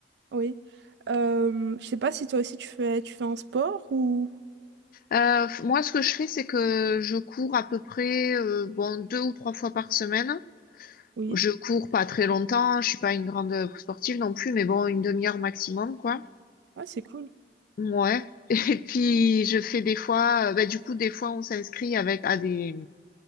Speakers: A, on the right; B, on the left.
A: oui. Euh, je sais pas si toi aussi tu fais, tu fais un sport ou...
B: Euh, f- moi, ce que je fais, c'est que je cours à peu près euh, bon deux ou trois fois par semaine.
A: Oui.
B: Je cours pas très longtemps. Je suis pas une grande sportive non plus, mais bon, une demi-heure maximum, quoi.
A: Ouais, c'est cool.
B: Ouais. <laughs> Et puis je fais des fois, euh, bah, du coup, des fois, on s'inscrit avec à des